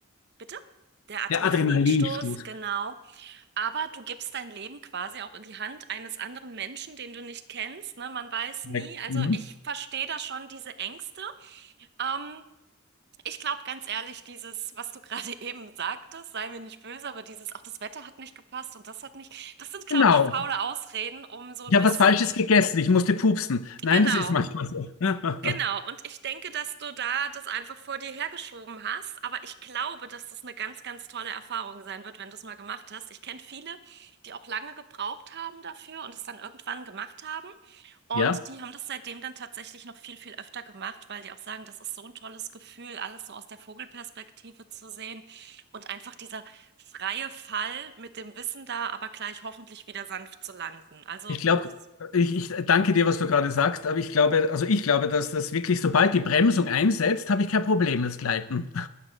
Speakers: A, on the right (about 55°); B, on the left (about 80°).
A: Bitte? Der Adrenalinstoß,
B: Der Adrenalinstoß.
A: genau. Aber du gibst dein Leben quasi auch in die Hand eines anderen Menschen, den du nicht kennst, ne? Man weiß
B: Korrekt.
A: nie. Also
B: Mhm.
A: ich verstehe da schon diese Ängste. Ähm, Ich glaube ganz ehrlich, dieses, was du gerade <laughs> eben sagtest, sei mir nicht böse, aber dieses, ach, das Wetter hat nicht gepasst und das hat nicht, das sind, glaube
B: Genau.
A: ich, faule Ausreden, um so ein
B: Ich habe
A: bisschen,
B: was Falsches gegessen, ich musste pupsen. Nein,
A: genau,
B: das ist manchmal so. <laughs>
A: Genau, und ich denke, dass du da das einfach vor dir hergeschoben hast, aber ich glaube, dass das eine ganz, ganz tolle Erfahrung sein wird, wenn du es mal gemacht hast. Ich kenne viele, die auch lange gebraucht haben dafür und es dann irgendwann gemacht haben. Und
B: Ja.
A: die haben das seitdem dann tatsächlich noch viel, viel öfter gemacht, weil die auch sagen, das ist so ein tolles Gefühl, alles so aus der Vogelperspektive zu sehen und einfach dieser freie Fall mit dem Wissen da, aber gleich hoffentlich wieder sanft zu landen. Also,
B: Ich glaube,
A: das
B: ich, ich danke dir, was du gerade sagst, aber ich glaube, also ich glaube, dass das wirklich, sobald die Bremsung einsetzt, habe ich kein Problem, das Gleiten.